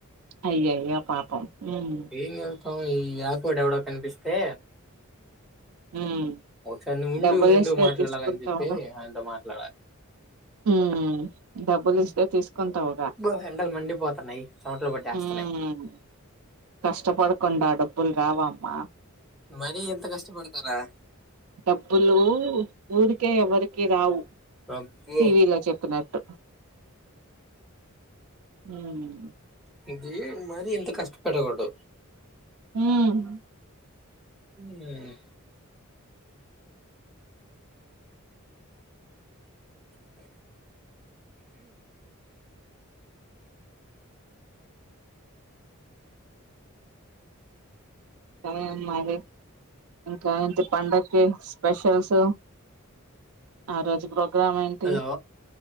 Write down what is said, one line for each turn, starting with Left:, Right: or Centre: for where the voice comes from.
Right: అయ్యయ్యొ పాపం ఉమ్
Centre: ఏం జేతం ఈ యాకుడ్ ఎవడో కనిపిస్తే
Right: మ్
Centre: ఒకసారి నువ్వు ఉండు
Right: డబ్బులిస్తే
Centre: ఉండు మాట్లాడాలని
Right: తీస్కుంటావ
Centre: చెప్పి ఆయనతో మాట్లాడాలి
Right: మ్ డబ్బులిస్తే తీస్ కుంటవ్గా
Centre: అబ్బో ఎండలు మండిపోతున్నాయి చెమటలు పట్టేస్తున్నాయి
Right: మ్ కష్టపడకుండా డబ్బుల్ రావమ్మా
Centre: మరీ ఇంత కష్టపడ్తారా
Right: డబ్బులూ ఊరికే ఎవరికి రావు
Centre: అబ్బో
Right: టీవీలో చెప్పినట్ మ్
Centre: దీ మరీ ఇంత కష్టపడకూడ్
Right: మ్
Centre: ఆ
Right: సరే మరి ఇంకా టి పండక్కి స్పెషల్స్ ఆరోజ్ ప్రో గ్రామ్ ఏంటి
Centre: హలో